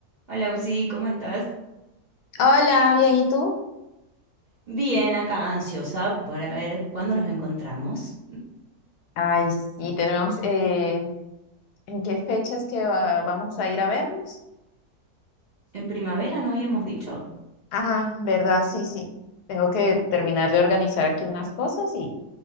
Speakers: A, on the right; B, on the left.
A: Hola, Uzi, ¿cómo estás?
B: Hola, bien, ¿y tú?
A: Bien, acá ansiosa para ver cuándo nos encontramos.
B: Ay, sí, tenemos, eh, ¿en qué fechas que va- vamos a ir a vernos?
A: En primavera no habíamos dicho.
B: Ah, verdad, sí, sí. Tengo que terminar de organizar aquí unas cosas y